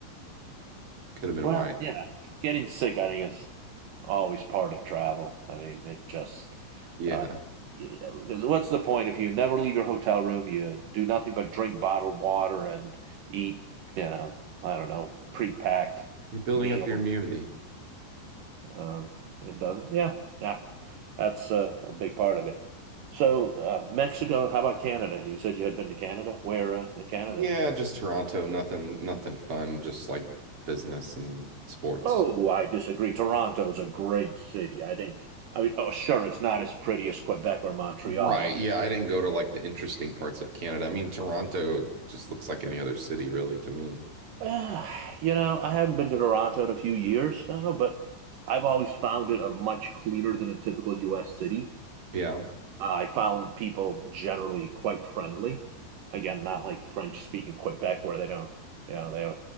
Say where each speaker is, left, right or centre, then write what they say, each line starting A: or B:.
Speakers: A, on the right; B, on the right.
A: could have been
B: Well,
A: why.
B: you know, getting sick, I think, is always part of travel. I mean, it just
A: Yeah.
B: uh, you know, 'cause what's the point if you never leave your hotel room? You do nothing but drink bottled water and eat, you know, I don't know, pre-packed
A: You're building
B: meals
A: up your immunity.
B: Um, it doesn't. Yeah, yeah. That's uh, a big part of it. So uh, Mexico, and how about Canada? You said you had been to Canada. Where uh, in Canada?
A: Yeah, just Toronto, nothing nothing fun, just like business and sports.
B: Oh, I disagree. Toronto is a great city. I think. I mean, oh, sure, it's not as pretty as Quebec or Montreal.
A: Right. Yeah,
B: <sighs>
A: I didn't go to like the interesting parts of Canada. I mean, Toronto just looks like any other city really to me.
B: Uh, you know, I haven't been to Toronto in a few years now, but I've always found it a much cleaner than a typical U.S. city.
A: Yeah,
B: I found people generally quite friendly. Again, not like French speaking Quebec where they don't, you know, they